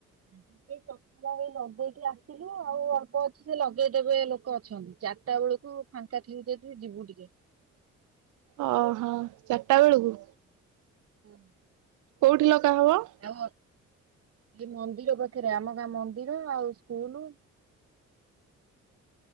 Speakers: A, on the right; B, on the right.
A: ସେଇ ସଖାଳେ ନଗେଇକି ଆ ଥିଲୁ ଆଉ ଅଳ୍ପ ଅଛି ସେ ଲଗେଇଦେବେ ଲୋକ ଅଛନ୍ତି ଚାରିଟା ବେଳକୁ ଫାଙ୍କା ଥିବୁ ଯଦି ଯିବୁ ଟିକେ।
B: ଓହଁ ଚାରିଟା ବେଳକୁ।
A: ହୁଁ।
B: କୋଉଠି ଲଗା ହବ।
A: ଆଉ ଅଲି ମନ୍ଦିର ପାଖରେ ଆମ ଗାଁ ମନ୍ଦିର ଆଉ ସ୍କୁଲ।